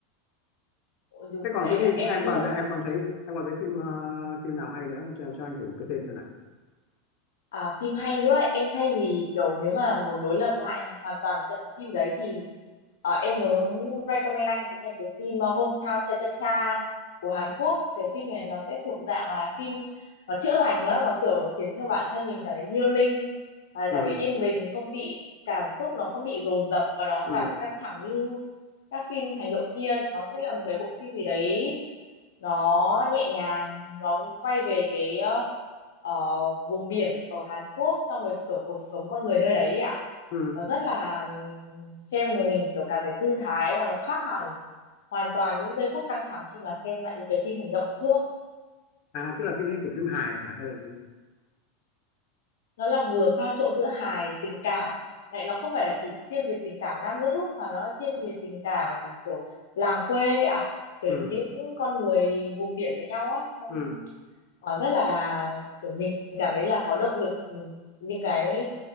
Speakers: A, on the left; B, on the left.
A: Ôi, đúng
B: thế
A: rồi
B: còn
A: anh
B: cái phim
A: ạ em
B: em
A: như
B: còn
A: là
B: em còn thấy em còn thấy phim ờ, phim nào hay nữa cho, cho anh thử một cái tên xem nào
A: À, phim hay nữa ấy. em thay vì kiểu nếu mà muốn đối lập lại hoàn toàn với cả cái phim đấy thì ờ, em muốn recommend anh xem cái phim ờ, Hometown Cha Cha Cha của Hàn Quốc cái phim này nó sẽ thuộc dạng là phim nó chữa lành lắm nó kiểu khiến cho bản thân mình cảm thấy healing à,
B: ừ
A: cảm thấy yên bình không bị cảm xúc nó không bị dồn dập và nó
B: ừ
A: cảm thấy căng thẳng như các phim hành động kia nó sẽ là một cái bộ phim gì đấy nó nhẹ nhàng nó quay về cái ờ, ờ, vùng biển ở Hàn Quốc xong rồi kiểu cuộc sống con người nơi đấy ấy ạ
B: ừ
A: nó rất là ừm, xem rồi mình kiểu cảm thấy thư thái và nó khác hẳn hoàn toàn những giây phút căng thẳng khi mà xem lại những cái phim hành động trước
B: à tức là phim đấy kiểu phim hài hả hay là gì
A: nó là vừa pha trộn giữa hài tình cảm lại nó không phải là chỉ thiên về tình cảm nam nữ mà nó thiên về tình cảm kiểu làng quê ạ kiểu
B: ừ
A: những con người vùng biển với nhau á trong
B: ừ
A: Ờ, rất là kiểu mình cảm thấy là có động lực ừ, những cái